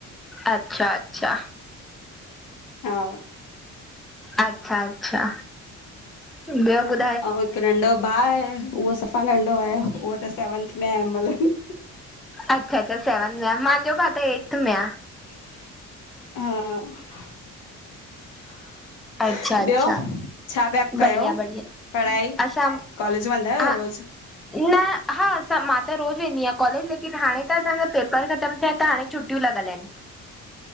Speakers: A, in the centre; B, on the left.
A: अच्छा-अच्छा
B: हा
A: अ अच्छा ॿियो ॿु
B: अऊं हिक नंढो भा आए, उहो सफ़ा नंढो आए, उहो त सेवंथ में आए मलई।
A: अच्छा-अच्छा सेवंथ में आ, मांजो भा त ऐर्थ में आ।
B: हा
A: अच्छा अच्छा
B: ॿियो छा पिया कयो
A: बढ़िया बढ़िया
B: पढ़ाई,
A: असां
B: कॉलेज वेंदा आयो
A: हा
B: रोज़?
A: न न हा मां त रोज़ वेंदी आयां कॉलेज लेकिन हाणे त असांजा पेपर खतम हिते त हाणे छुटियूं लगल आहिन